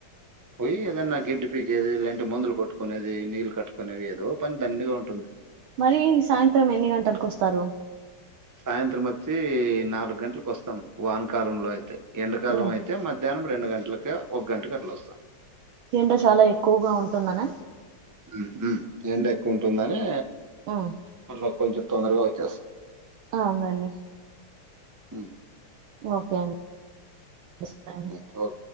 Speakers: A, on the right; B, on the right.
A: పోయి ఏదన్నా గడ్డి పీకేది లేదంటే మందులు కొట్టుకునేది నీళ్ కట్ కునేది ఏదో పని దండిగా ఉంటుంది
B: మరీ సాయంత్రం ఎన్ని గంటలకొస్తారు
A: సాయంత్రమొచ్చి నాలుగు గంటలకు వస్తాము వానకాలంలో అయితే ఎంండకాలం
B: ఉమ్.
A: అయితే మధ్యాహ్నం రెండు గంటలక ఒక్ గంటకి అట్లా వస్తాం
B: ఎండ చాలా ఎక్కువగా ఉంటుందన
A: ఉమ్ హ్ ఎండెక్కువుంటుందని
B: ఉమ్
A: మల్ల కొంచెం తొందరగా ఒచ్చేస్తా
B: అవునండి
A: ఉమ్,
B: ఓకే అండి <unintelligible>
A: ఉమ్. ఓకే